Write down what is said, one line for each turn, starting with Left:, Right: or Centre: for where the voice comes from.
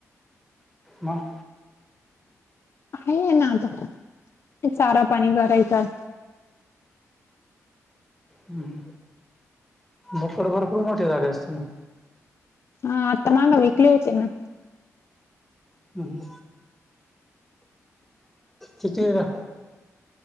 Centre: मग
Left: आहे आहे ना आता ते चारा पाणी करायच आहे
Centre: हम्म भकड भरपूर मोठे झाले असते ना
Left: हा आ त माग विकली ना
Centre: हम् कितीरा